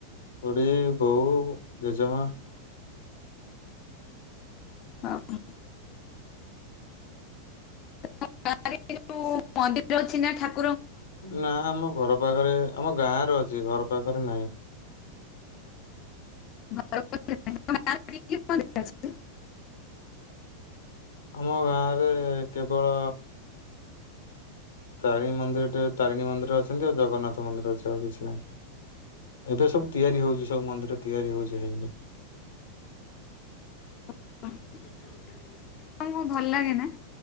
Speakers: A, on the left; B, on the left.
A: ଖୁଡ଼ି, ବଉ, ଜେଜେମା
B: ଆଉ ତେ <unintelligible> ଯୋଉ ମନ୍ଦିର ଅଛି ନା ଠାକ୍
A: ନା ଆମ ଘର ପାଖରେ ଆମ ଗାଁରେ ଅଛି ଘର ପାଖରେ ନାହିଁ।
B: ଘର ପାଖରେ ନାହିଁ ତୁମ ଗାଁ ରେ କି କି ମନ୍ଦିର ଅଛି?
A: ଆମ ଗାଁରେ କେବଳ ତାରିଣୀ ମନ୍ଦିର ଟେ ତାରିଣୀ ମନ୍ଦିର ଅଛନ୍ତି ଆଉ ଜଗନ୍ନାଥ ମନ୍ଦିର ଅଛି ଆଉ କିଛି ନାହିଁ। ଏବେ ସବୁ ତିଆରି ହଉଛି ସବୁ ମନ୍ଦିର ତିଆରି ହଉଛି ହେଇନି।
B: <unintelligible> ତମକୁ ଭଲ ଲାଗେ ନା?